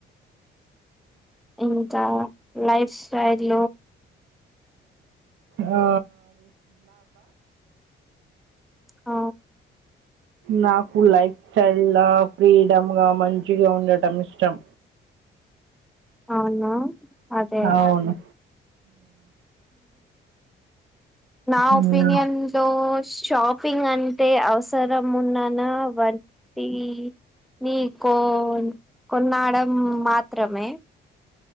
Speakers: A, in the centre; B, on the right (about 75°).
A: ఇంకా లైఫ్ స్టైల్
B: ఆ
A: ఆ
B: నాకు లైఫ్ స్టైల్ ల ఫ్రీడమ్గ మంచిగా ఉండటం ఇష్టం
A: అవునా అదే
B: అవును
A: నా
B: మ్మ్
A: ఒపీనియన్ లో షాపింగ్ అంటే అవసరం ఉన్నాన వట్టి నీ కో కొన్నాడం మాత్రమే